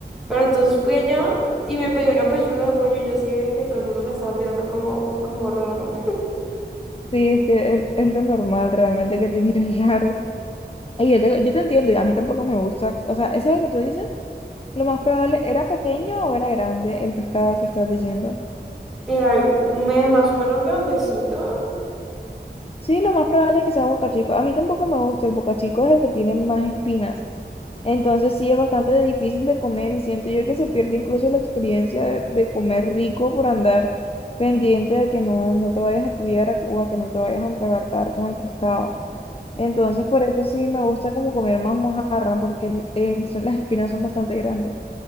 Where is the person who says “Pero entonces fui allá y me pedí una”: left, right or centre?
Centre